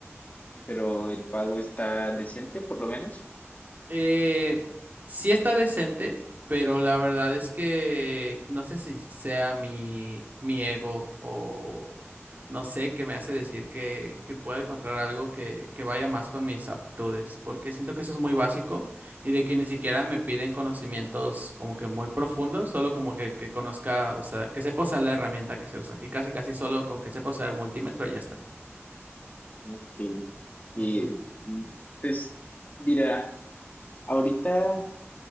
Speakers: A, on the left (about 35°); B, on the right (about 35°).
A: Pero el pago está decente, por lo menos.
B: Eh, sí está decente, pero la verdad es que no sé si sea mi, mi ego o no sé qué me hace decir que, que pueda encontrar algo que, que vaya más con mis aptitudes, porque siento que eso es muy básico y de que ni siquiera me piden conocimientos como que muy profundos, solo como que, que conozca, o sea, que sepa usar la herramienta que se usa y casi casi solo con que sepa usar el multímetro ya está.
A: Ok.
B: Ujú.
A: Eh, mm, pues mira, ahorita,